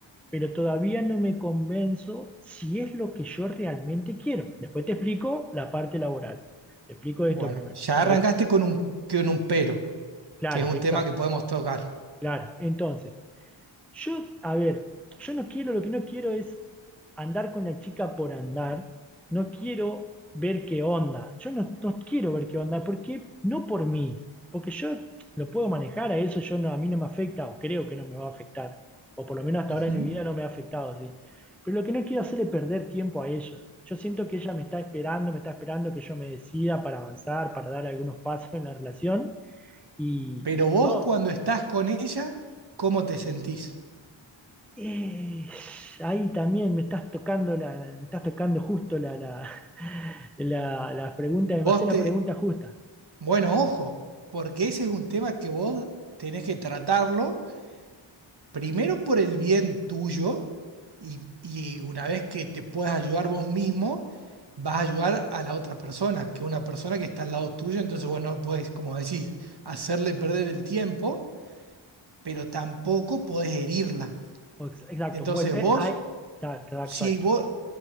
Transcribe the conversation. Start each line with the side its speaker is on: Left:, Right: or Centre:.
Centre: pero todavía no me convenzo si es lo que yo realmente quiero. Después te explico la parte laboral. Te explico esto
Right: Bueno,
Centre: primero.
Right: ya
Centre: que
Right: arrancaste
Centre: es-
Right: con un, con un pero.
Centre: Claro,
Right: que es un
Centre: exacto,
Right: tema que podemos tocar.
Centre: claro. Entonces, yo, a ver, yo no quiero, lo que no quiero es andar con la chica por andar, no quiero ver qué onda, yo no, no quiero ver qué onda, porque no por mí, porque yo lo puedo manejar a eso, yo no, a mí no me afecta, o creo que no me va a afectar, o por lo menos hasta
Right: Ujú.
Centre: ahora en mi vida no me ha afectado, ¿sí? Pero lo que no quiero hacer es perder tiempo a ella. Yo siento que ella me está esperando, me está esperando que yo me decida para avanzar, para dar algunos pasos en la relación, y,
Right: Pero
Centre: y
Right: vos
Centre: yo
Right: cuando estás con ella, ¿cómo te sentís?
Centre: Eh, ahí también me estás tocando la, me estás tocando justo la, la, la, la pregunta,
Right: Vos
Centre: me hace la
Right: te...
Centre: pregunta justa.
Right: Bueno, ojo, porque ese es un tema que vos tenés que tratarlo, primero por el bien tuyo, y, y una vez que te puedas ayudar vos mismo, vas a ayudar a la otra persona, que es una persona que está al lado tuyo, entonces vos no podés, como decís, hacerle perder el tiempo, pero tampoco podés herirla.
Centre: O ex- Exacto,
Right: Entonces
Centre: bueno, eh,
Right: vos
Centre: ahí está, está,
Right: si
Centre: exacto.
Right: vos